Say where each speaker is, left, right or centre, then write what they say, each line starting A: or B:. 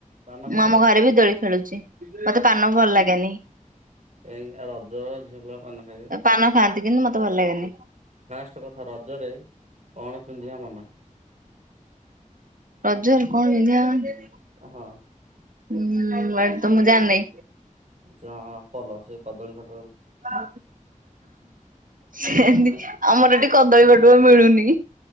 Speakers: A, on the right (about 60°); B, on the right (about 80°).
A: ପାନ ଖାଇଥିଲ
B: ମୁଁ ଆମ ଘରେ ବି ଦୋଳି ଖେଳୁଛି। ମତେ ପାନ ଭଲ ଲାଗେନି।
A: ଏଇନା ରଜର ଝିଅ ପିଲା ପାନ ଖାଇବେ।
B: ପାନ ଖାଆନ୍ତି ସେ କିନ୍ତୁ ମତେ ଭଲ ଲାଗେନି।
A: ଫାଷ୍ଟ କଥା ରଜରେ କଣ ପିିନ୍ଧିବା ମନା?
B: ରଜରେ କଣ ପିନ୍ଧିବା
A: ହଁ।
B: ହୁଁ ଏଇଟା ତ ମୁଁ ଯାଣିନି।
A: ଚପଲ ସେ କଦଳୀ ପାଟୁଆ
B: ହଁ ସେନ୍ତି
A: ଆଁ
B: ଆମର ଏଠି କଦଳୀ ପ ମିଳୁନି।